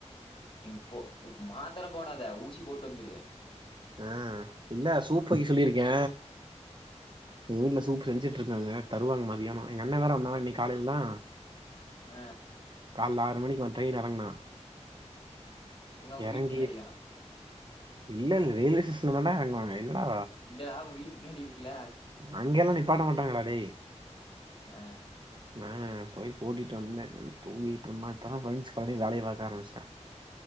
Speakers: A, on the left (about 45°); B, on the right (about 40°).
A: நீ ப்போ மாத்தர போடாத ஊசி போட்டு வந்துரு
B: ஆ இல்ல சூப் வைக்க சொல்லிருக்கே எங்க வீட்ல சூப் செஞ்சுட்ருக்காங்க தருவாங்க மதியானம் எங்கண்ண வேற வந்தானா இன்னைக் காலையில தா
A: ஆ
B: கால்ல ஆறு மணிக்கு வந் ட்ரயின்ல யெறங்குனா
A: எங்க உங்க
B: எறங்கி
A: வீட்டு பின்னாடியா
B: இல்ல இல்ல ரயில்வே ஸ்டேஷன்ல தாண்டா எறங்குவாங்க என்னடா
A: இல்லடா உங்க வீடுக் பின்னாடி இருக்குல
B: அங்கெல்லா நிப்பாட்ட மாட்டாங்க டா டேய்
A: ஆ
B: நா போய் கூட்டிட்டு வந்தேன் தூங்கிகிட்டு இருந்தான் இப்பதா பிரென்சு பழனி வேலைய பாக்க ஆரம்பிச்சுட்டான்